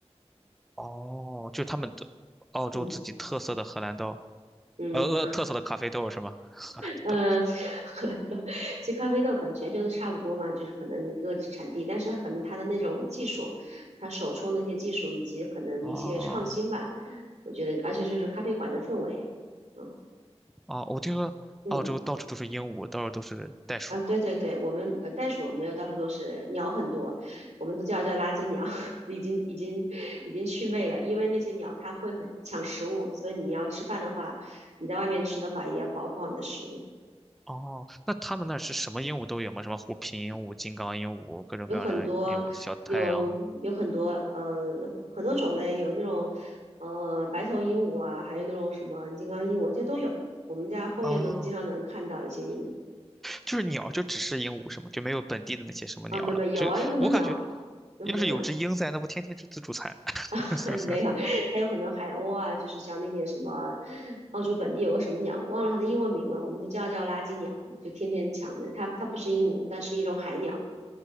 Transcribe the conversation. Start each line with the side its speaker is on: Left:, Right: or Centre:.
Centre: 哦，就他们的澳洲自己特色的荷兰豆，
Right: 嗯。嗯，
Centre: 呃呃，特色的咖啡豆是吗？<laughs> 荷兰豆。
Right: 嗯，<laughs> 荷兰豆，其实咖啡豆可能全球都差不多嘛，就是可能一个产地，但是可能它的那种技术，它手冲的一些技术以及可能一些创新吧，
Centre: 哦
Right: 我觉得，而且就是咖啡馆的氛围，嗯
Centre: 哦，我听说澳洲到处都是鹦鹉，
Right: 嗯
Centre: 到处都是袋鼠啊。
Right: 啊，对对对，我们呃袋鼠没有到处都是，鸟很多，我们都叫叫垃圾鸟，<laughs> 已经已经已经祛魅了，因为那些鸟它会很抢食物，所以你要吃饭的话，你在外面吃的话也要保护好你的食物。
Centre: 哦，那他们那儿是什么鹦鹉都有吗？什么虎皮鹦鹉、金刚鹦鹉，各种各样的鹦鹉，
Right: 有很多有有很多呃有很多种类，
Centre: 小太阳
Right: 有那种呃白头鹦鹉啊，还有那种什么金刚鹦鹉，这都有。我们家后院能经常能看到一些鹦鹉
Centre: 啊，就是鸟就只是鹦鹉是吗？就没有本地的那些什么鸟了。
Right: 啊，没没有啊，
Centre: 就我感觉，
Right: 有很多鸟，有很多鸟，
Centre: 要是有只鹰在，那不天天吃自助餐。<laughs>
Right: <laughs> 没有，还有很多海鸥啊，就是像那些什么澳洲本地有个什么鸟，忘了它的英文名了，我们都叫它叫垃圾鸟，就天天抢的。它它不是鹦鹉，但是一种海鸟。